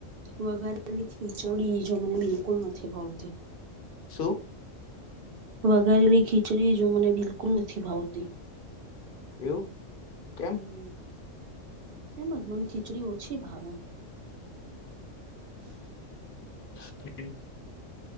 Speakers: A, on the right; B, on the left.
A: વઘારલી ખીચડી જો મને બિલકુલ નથી ભાવતી.
B: શુ?
A: વઘારેલી ખીચડી જો મને બિલકુલ નથી ભાવતી.
B: એવું. કેમ
A: હમ એમજ મને ખીચડી ઓછી ભાવે.
B: હમ <unintelligible>